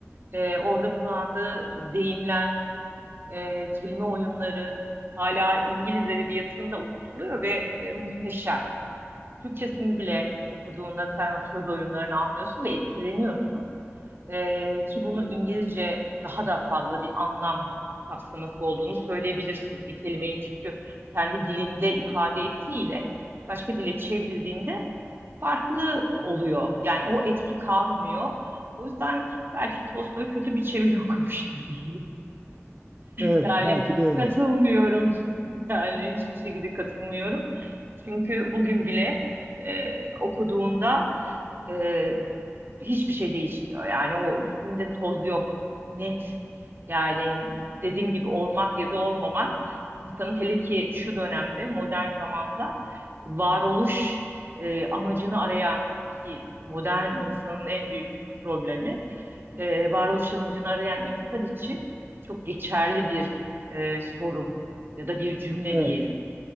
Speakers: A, on the right (about 45°); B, on the right (about 25°).
A: E, orada kullandığı deyimler e, kelime oyunları hala İngiliz edebiyatında okutuluyor ve e, muhteşem. Türkçesini bile okuduğunda sen o söz oyunlarını anlıyorsun ve etkileniyorsun. E, ki bunu İngilizce daha da fazla bir anlam kapsaması olduğunu söyleyebilirsin. Bir kelimenin çünkü kendi dilinde ifade ettiğiyle başka dile çevrildiğinde farklı oluyor. Yani o etki kalmıyor. O yüzden belki Tolstoy kötü bir çeviri <laughs> okumuştur diyelim.
B: Evet
A: Yani
B: belki de öyle.
A: katılmıyorum. <laughs> Yani hiçbir şekilde katılmıyorum. Çünkü bugün bile e, okuduğunda e, hiçbir şey değişmiyor. Yani o üstünde toz yok. Net. Yani dediğim gibi olmak ya da olmamak insanın hele ki şu dönemde modern zamanda varoluş e, amacını arayan ki modern insanın en büyük problemi e, varoluş amacını arayan insan için çok geçerli bir e, soru ya da bir cümle
B: Evet.
A: diyelim.